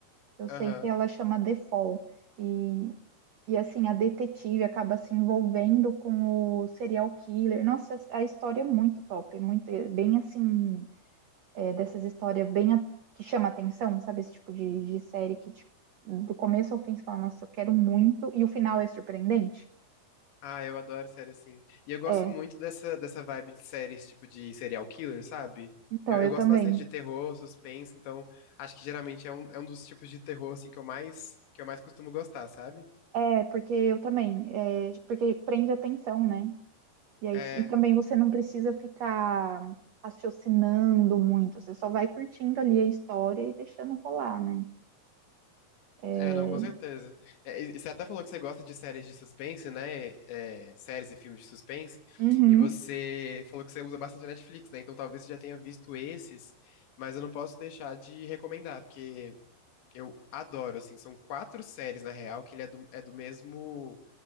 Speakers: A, on the right; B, on the left.
A: Eu sei
B: Aham.
A: que ela chama The Fall. E, e assim, a detetive acaba se envolvendo com o serial killer. Nossa, a história é muito top. É muito, é bem assim. é, dessas histórias bem a- que chama atenção, sabe? Esse tipo de, de série que tipo, do começo ao fim você fala, nossa, eu quero muito, e o final é surpreendente.
B: Ah, eu adoro série assim. E eu gosto
A: É,
B: muito dessa, dessa vibe de séries, tipo de serial killer, sabe?
A: Então,
B: Eu, eu
A: eu
B: gosto
A: também.
B: bastante de terror, suspense, então acho que geralmente é um, é um dos tipos de terror, assim, que eu mais, que eu mais costumo gostar, sabe?
A: É, porque eu também. é, porque prende a atenção, né? E, aí,
B: É.
A: e também você não precisa ficar raciocinando muito, você só vai curtindo ali a história e deixando rolar, né? É,
B: É, não, com certeza. É, e e você até falou que você gosta de séries de suspense, né? É, séries e filmes de suspense.
A: uhum,
B: E você falou que você usa bastante a Netflix, né? Então talvez você já tenha visto esses, mas eu não posso deixar de recomendar, porque eu adoro, assim, são quatro séries, na real, que ele é do, é do mesmo,